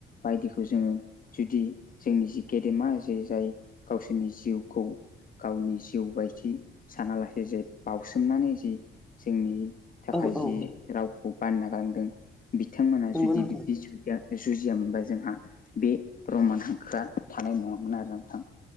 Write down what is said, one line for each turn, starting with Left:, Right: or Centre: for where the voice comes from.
Left: बायदिखौ जोङो जुदि जोंनि जि गेदेमा जे जाय गावसोरनि जिउखौ गावनि जिउ बायदि सानालासे जे बाउसोमनानै जि जोंनि थाखाय
Centre: औ
Left: जि
Centre: औ
Left: रावखौ बानना गानदों बिथांमोना
Centre: नंगौ
Left: जुदि
Centre: नोंथां
Left: बिब्दि जुदिया ओ जुजिया मोनबा जोंहा बे रमान हांखोआ थानाय नङामोन आरो नोंथां।